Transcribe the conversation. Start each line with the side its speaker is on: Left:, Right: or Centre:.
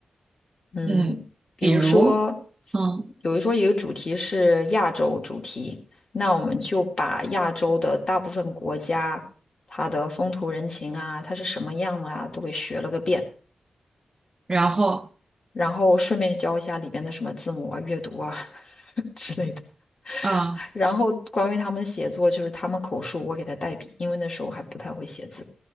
Left: 嗯，
Right: 嗯，
Left: 比如说，
Right: 比如，嗯，
Left: 比如说一个主题是亚洲主题，那我们就把亚洲的大部分国家它的风土人情啊，它是什么样的啊，都给学了个遍，
Right: 然后，
Left: 然后顺便教一下里边的什么字母啊、阅读啊 <laughs>。之类的。
Right: 嗯，
Left: 然后关于他们写作，就是他们口述，我给他代笔，因为那时候还不太会写字。